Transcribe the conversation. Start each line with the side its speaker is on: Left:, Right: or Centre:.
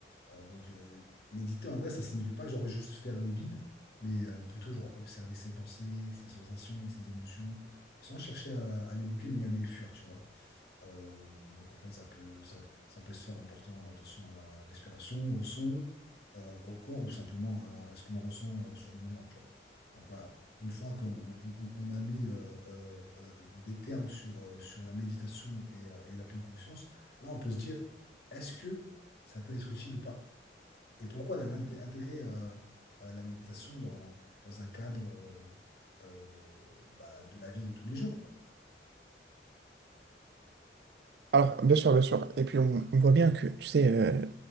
Left: Euh, donc, euh, méditer en vrai, ça signifie pas genre juste faire le vide, mais euh, plutôt genre observer ses pensées, ses sensations et ses émotions, sans chercher à, à les bloquer ni à les fuir, tu vois. Euh, donc en fait, ça peut, ça, ça peut se faire en portant attention à la respiration, au son, euh, au corps ou simplement à ce que l'on ressent euh, sur le moment, tu vois. Donc voilà, une fois qu'on on, on- on a mis euh, euh, euh, des termes sur, euh, sur la méditation et, euh, et la pleine conscience, là on peut se dire, est-ce que ça peut être utile ou pas? Et pourquoi la- l'int- intégrer euh, euh, la méditation dans, dans un cadre euh, euh, bah, de la vie de tous les jours, quoi.
Right: Alors, bien sûr, bien sûr. Et puis, on, on voit bien que, tu sais, euh,